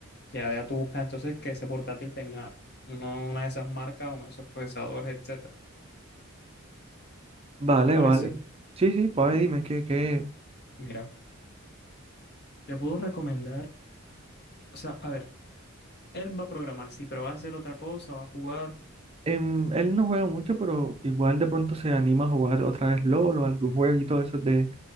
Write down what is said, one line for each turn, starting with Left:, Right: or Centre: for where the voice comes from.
Left: Que ya tú buscas entonces que ese portátil tenga uno- una de esas marcas, uno de esos procesadores, etcétera.
Right: Vale,
Left: ¿Te parece?
Right: vale. Sí, sí, pues dime que, que
Left: Mira, te puedo recomendar, o sea, a ver, él va a programar, sí, pero va a hacer otra cosa, va a jugar.
Right: em, él no juega mucho, pero igual de pronto se anima a jugar otra vez LOL o algún jueguito de esos de